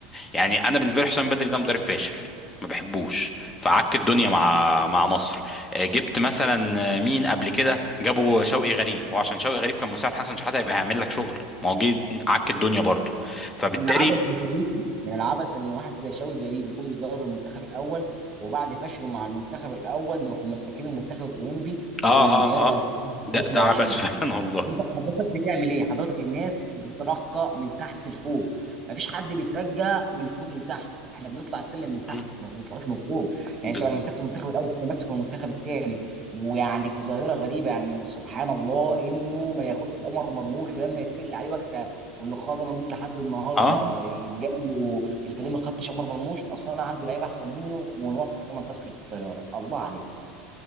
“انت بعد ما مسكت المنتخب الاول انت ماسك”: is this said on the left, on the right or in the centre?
Right